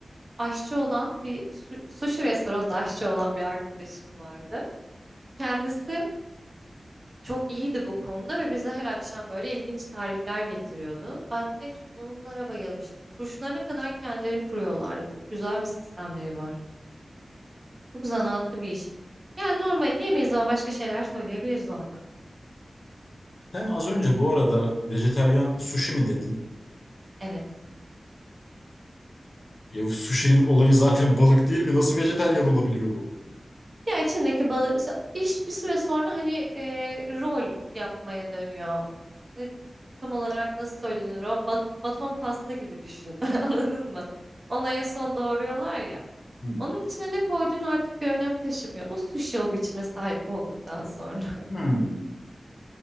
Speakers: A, on the right; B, on the left.
A: aşçı olan bir su- sushi restoranında aşçı olan bir arkadaşım vardı. Kendisi çok iyiydi bu konuda ve bize her akşam böyle ilginç tarifler getiriyordu. Ben en çok onlara bayılmıştım. Turşularına kadar kendileri kuruyorlardı. Çok güzel bir sistemleri var. Çok zanaatlı bir iş. Yani normalini yemeyiz ama başka şeyler söyleyebiliriz orada.
B: Sen az önce bu arada vejeteryan sushi mi dedin?
A: Evet.
B: Ya sushi'nin olayı zaten <laughs> balık değil mi? Nasıl vejeteryan olabiliyor bu?
A: Ya içindeki balı iş bir süre sonra hani e, rol yapmaya dönüyor. Ne, tam olarak nasıl söylenir o? Bat- baton pasta gibi düşün. <laughs> Anladın mı? Ona en son doğruyorlar ya.
B: Hmm.
A: Onun içine ne koyduğun artık bir önem taşımıyor. O sushi o biçime sahip olduktan sonra.
B: Hmm.